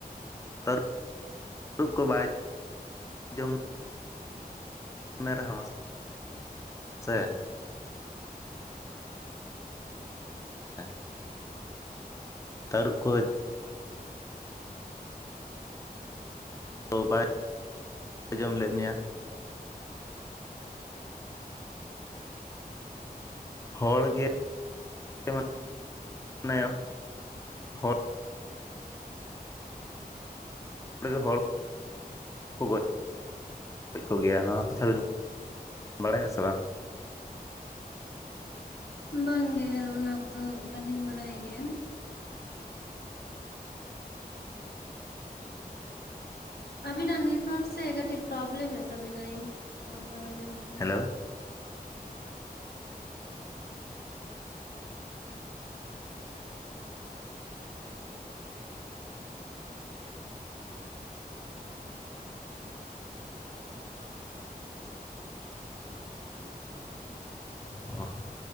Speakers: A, on the left; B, on the left.
A: ᱛᱟᱹᱨᱩᱵᱽ ᱠᱚ ᱵᱟᱭ ᱡᱚᱢ ᱢᱮ ᱨᱮᱦᱚᱸ ᱥᱮ <inaudible> ᱛᱟᱹᱨᱩᱵ ᱠᱚᱭ ᱠᱚ ᱵᱟᱭ ᱡᱚᱢ ᱞᱮᱫ ᱢᱮᱭᱟ᱾ ᱦᱚᱲ ᱜᱮ <unintelligible> ᱢᱟᱱᱮ ᱦᱚᱲ ᱜᱮ ᱦᱚᱲ ᱜᱚᱡ ᱜᱚᱡ ᱠᱚᱜᱮᱭᱟ, ᱱᱚᱣᱟ ᱠᱟᱛᱷᱟ ᱵᱮᱱ ᱵᱟᱲᱟᱭᱟ ᱥᱮ ᱵᱟᱝ?
B: ᱵᱟᱝ ᱜᱮ, ᱚᱱᱟ ᱠᱚᱫᱚ ᱵᱟᱹᱞᱤᱧ ᱵᱟᱲᱟᱭ ᱜᱮᱭᱟ᱾ ᱟᱵᱤᱱᱟᱜ ᱱᱮᱴᱚᱣᱟᱨᱠ ᱥᱮ ᱠᱟᱹᱴᱤᱡ ᱯᱨᱚᱵᱞᱮᱢ ᱮᱫ ᱛᱟᱵᱤᱱᱟᱭ, ᱨᱚᱲ ᱵᱟᱝ ᱟᱧᱡᱚᱢᱟᱜ
A: ᱦᱮᱞᱳ᱾ ᱚᱸ <unintelligible>